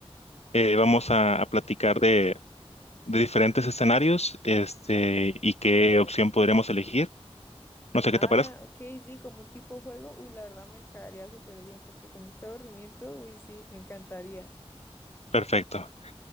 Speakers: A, on the left (about 85°); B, on the left (about 20°).
A: Eh, vamos a, a platicar de, de diferentes escenarios este, y qué opción podríamos elegir. No sé qué
B: Ah,
A: te parezca.
B: ok, sí, como un tipo juego. Uy, la verdad me caería súper bien, porque con este aburrimiento, uy, sí, me encantaría.
A: Perfecto.